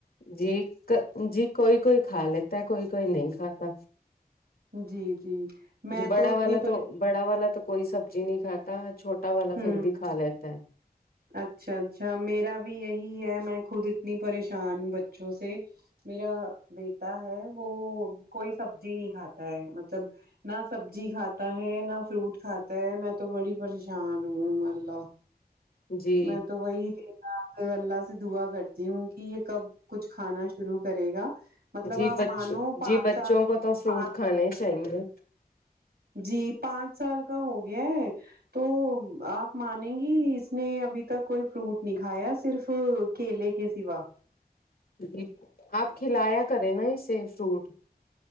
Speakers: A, on the left; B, on the right.
A: جی جی کوئی کوئی کھا لیتا ہے کوئی کوئی نہیں کھاتا
B: جی جی میں
A: جی بڑا
B: تو اتنی
A: والا
B: پر
A: بڑا والا تو کوئی سبزی نہیں کھاتا چھوٹا والا
B: ہوں
A: پھر بھی کھا لیتا ہے
B: اچھا اچھا میرا بھی یہی ہے میں خود اتنی پریشان ہوں بچوں سے میرا بیٹا ہے وہ کوئی سبزی نہیں کھاتا ہے مط لب نہ سبزی کھاتا ہے نہ فروٹ کھاتا ہے میں تو بڑی پریش شان ہوں اللہ
A: جی
B: میں تو وہی تھی تو اللہ سے دعا کرتی ہوں کہ یہ کب کچھ کھانا شروع کرے گا مطلب
A: جی
B: آپ
A: بچ
B: مانو پانچ
A: جی بچوں
B: سال
A: کو تو فروٹ
B: پانچ
A: کھانے ہی چاہیے
B: جی پانچ سال کا ہو گیا ہے تو آپ مانے گی اس نی ابھی تک کوئی فروٹ نہیں کھایا صرف کیلے کے سوا
A: جی آپ کھلایا کریں نا اسے فروٹ